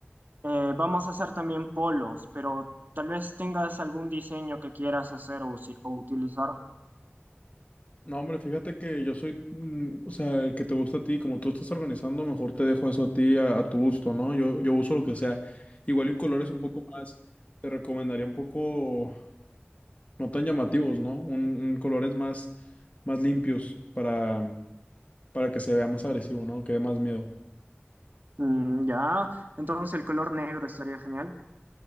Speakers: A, on the right; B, on the left.
A: Eh, vamos a hacer también polos, pero tal vez tengas algún diseño que quieras hacer o, usi- o utilizar.
B: No, hombre, fíjate que yo soy, mm, o sea, el que te gusta a ti, como tú estás organizando, mejor te dejo eso a ti, a, a tu gusto, ¿no? Yo, yo uso lo que sea. Igual y un color es un poco más, te recomendaría un poco, no tan llamativos, ¿no? Un, un colores más, más limpios para, para que se vea más agresivo, ¿no? Que dé más miedo.
A: Mm, ya, entonces el color negro estaría genial.